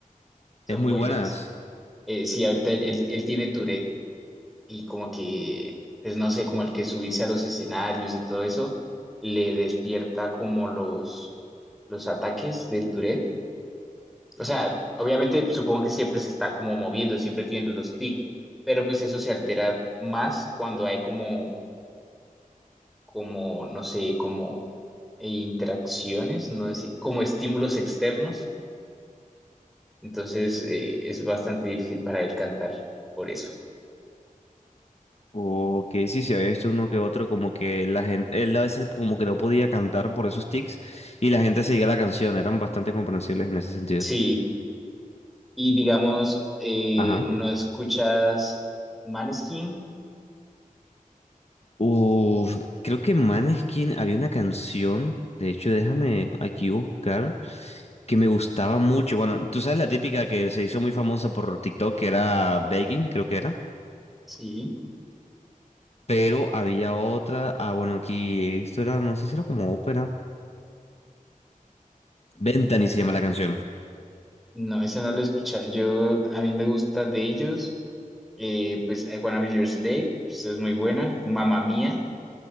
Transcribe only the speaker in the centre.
Son
buenas.
Eh, sí, ahorita él, él- él tiene Tourette y como que, pues no sé, como el que subirse a los escenarios y todo eso le despierta como los, los ataques del Tourette. O sea, obviamente supongo que siempre se está como moviendo, siempre tiene los tics, pero pues eso se altera más cuando hay como, como, no sé, como eh, interacciones, no sé, como estímulos externos. Entonces eh, es bastante difícil para él cantar por eso.
Sí. Y digamos, eh,
¿no escuchas Maneskin?
Sí,
como ópera.
No, esa no la he escuchado. Yo, a mí me gusta de ellos, eh, pues I Wanna Be Your Slave, pues, es muy buena, Mamma Mía,